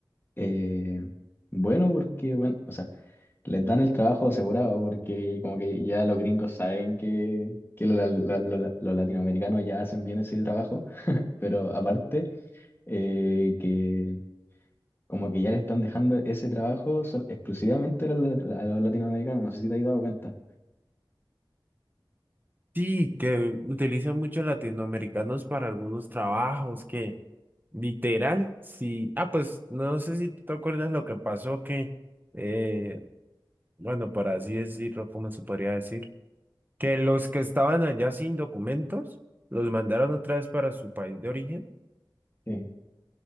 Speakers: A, on the left; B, on the right.
A: eh, bueno, porque, bueno, o sea, les dan el trabajo asegurado, porque como que ya los gringos saben que, que los, la- la- la- los latinoamericanos ya hacen bien ese trabajo, pero aparte, eh, que como que ya le están dejando ese trabajo sol- exclusivamente a los, a los latinoamericanos, no sé si te has dado cuenta.
B: Sí, que utilizan muchos latinoamericanos para algunos trabajos que literal, sí. Ah, pues no sé si tú te acuerdas lo que pasó que, eh, bueno, para así decirlo, ¿cómo se podría decir? Que los que estaban allá sin documentos los mandaron otra vez para su país de origen
A: Sí,